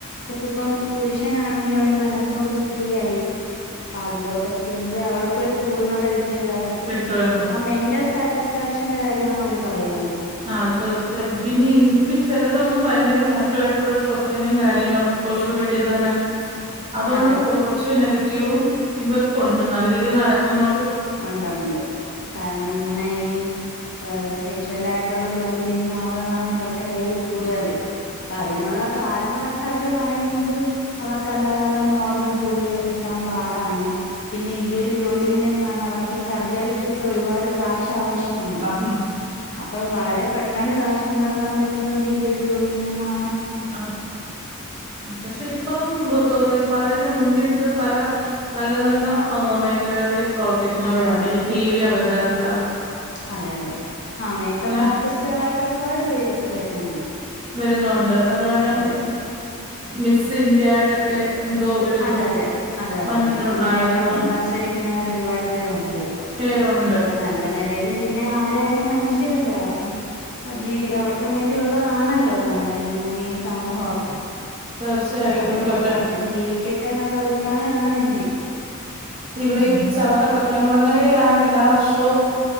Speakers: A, on the left; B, on the right.
A: ചപ്പ ഇപ്പം പുരുഷനാണെങ്കിൽ അവര് മനസ്സൊണ്ട് സ്ത്രീയയിരിക്കും അപ്പ അതിലോട്ട് എത്തിയെങ്കിലിൽ അവർക്കൊരു പൂർണ്ണത വി കതായിട്ട്
B: കിട്ടുമെന്നും
A: ആ മെന്റൽ സാറ്റിസ്ഫാക്ഷന്റെ കാര്യമാണ് അവർ പറയുന്നത്
B: ആ തീർച്ചയായും പിന്നെ ഇ ചിലരൊന്നും ഭയങ്കര മോശമായിട്ടുള്ള ശ്രസങ്ങും കാര്യങ്ങളും സോഷ്യൽ മീഡിയയിൽ തന്നെ അതുകൊണ്ട്
A: അതെ
B: കുറച്ച് നെഗറ്റീവുംും ഇവർക്കുണ്ട് നല്ല രീതിയിൽ നടക്കുന്ന
A: ഉണ്ടണ്ട് കാരണം ഇങ്ങനെ ഈ ഹ സെക്ഷവല ആയിട്ടുള്ള ജോലി ചെയ്യുന്ന ആളുകളാണ് ഇവർക്കിടയിൽ കൂടുതല് അപ്പ അതിനുള്ള കാരണമായിട്ട് അവര് പറയുന്നത് അവർക്ക് ല്ലാ നോർമൽ ജോലികൾ കിാൻ പാട പിന്നെ ഈ ഒരു ജോലിയിൽ നിന്ന അവർക്ക് ഈ സർജറിക്കൊക്കെ ഒരുപാട് കാശ ആവശ്യമുണ്ട്
B: ഉം
A: അപ്പൊ വളരെ പെട്ടെന്ന് കാശുണ്ടാക്കാൻ പറ്റുന്നത് ഈ ഒരു ജോലിയിൽ നിന്നാണ്
B: ആ പക്ഷെ ഇപ്പം പലരും മുന്നിട്ട പല നല്ല നല്ല മേഖലകളിൽ പ്രവർത്തിക്കുന്നവരുണ്ട്
A: അതെ അതെ
B: ഈ ടി വി അവ ജാരുക
A: അതെ അതെ ആ മേക്കപ്പ്
B: അങ്ങനെ
A: ആർട്ടിസ്റ്റുകളായിട്ട് ഒരുപാട് പേര് വരുന്നുണ്ട്
B: വരുന്നുണ്ട് അതുപോലെ തന്നെ
A: അതെ
B: മിസ് ഇന്ത്യ ആയിട്ടൊക്കെ എന്തോ ഒരിതും
A: അതെ അതെ അതെ അതെ
B: വന്നിട്ടുണ്ടായിരുന്നു
A: അതെ അങ്ങനെയൊക്കെ മത്സരിക്കുന്നവര് ഒരുപാട് പേരുണ്ട് പി
B: പേരുണ്ട്
A: നല്ല നിലയിലും പിന്നെ ആ ായാലും മനുഷ്യരല്ലേ അവർക്കും ജീവി അവർക്കും വേണ്ടിയുള്ളതാണല്ലോ നമ്മുടെ ഈ ഭൂമി സമൂഹമൊക്കെ
B: തീർച്ചയായിട്ടും
A: അവരും
B: കൊറ്റ
A: അവരും ജീവിക്കട്ടെ എന്നുള്ള അഭിപ്രായമാണ് എന്റെ
B: ഇവിടെ ഈ ചവറ കൊറ്റംകുളങ്ങരയിലാണ് എല്ലാ വർഷവും